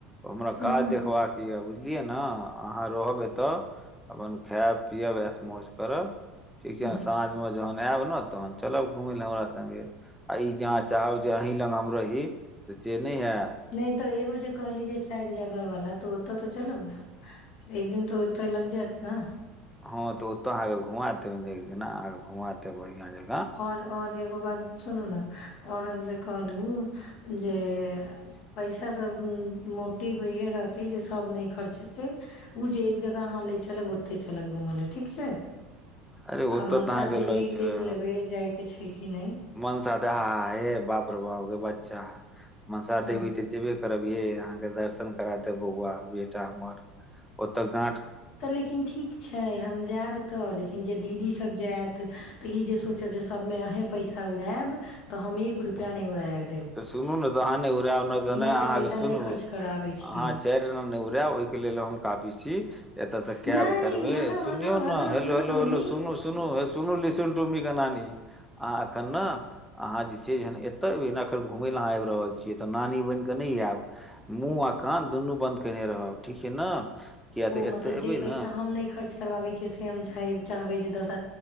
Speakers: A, in the centre; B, on the left (about 55°).
A: हमरा
B: हँ
A: काज देखबाक य बुझ लियै ने अहाँ रहबै तऽ अपन खाय पिय वस मौज करब ठीक
B: ह
A: छै ने साँझ म जहन आयब ने तहन चलब घुमे ले हमरा सगे आ ई जह जाउ जे अह ल हमर ही तऽ से नहि हैत
B: नहि तऽ एगो जे कह लीजे चारि जगह वाला तऽ ओतऽ तऽ चलब ने एक दिन तऽ ओतऽ लग जायत ने
A: हँ तऽ ओतऽ अहाँके घुमा दे एक दिना अहाँके घुमा देे बढ़िया जगह
B: आओर आओर एगो बात सुनू ने आओर हम जे कहलहु जे पैसा सब मोटिव इहे रहते जे सब नहि खर्चेतै ओ जे एक जगह अहाँ ले चब ओते चलब घूम ल ठीक छै
A: अरे ओ
B: आ मनसा
A: तऽ तहाँ
B: देवी
A: गेललै छै
B: देख
A: र
B: लेबै जाय छै कि नहि
A: मन साथे ह हे बाप र बाव ओ बच्चा मनशा
B: हँ
A: देबी तऽ जेै करियहाँके दर्शन करा दे बौआ बेटा हमर ओ गा
B: तऽ लेकिन ठीक छै हम जायब तऽ लेकिन जे दीदीसभ जायत तऽ ई जे सोचब जे सबमे अहें पैसा उड़ायब तऽ हम एक रुपआ नहि उड़ायब
A: तऽ सुनू ने तऽ अहाँ नहि उड़ायब जना
B: के
A: अहाँके
B: पैसा
A: सुनू
B: नहि खर्च
A: अहाँ
B: कराबै छियै
A: चारि एना नहि उड़ाय ओहिके लेल हम काफी छी एतऽ त
B: नहि
A: कैब करबै
B: हेलो
A: सुनियौ
B: हेलो
A: ने hello
B: listen
A: hello
B: to
A: hello
B: me
A: सुनू सुनूे सुन लन त के नी अह एखन ने अहाँ जे चज एते भी र घुमय लए अहाँ आबि रहल छियै तऽ नानी बनि कऽ नहि आयब मुँह आ कान दुनू बन्द केयने रहब ठीक छै ने किया तऽ
B: ओ मतलब
A: एतय एबै
B: जे पैसा
A: ने
B: हम नहि खर्च करबाबै छियै से हम चाही चाहबै जदस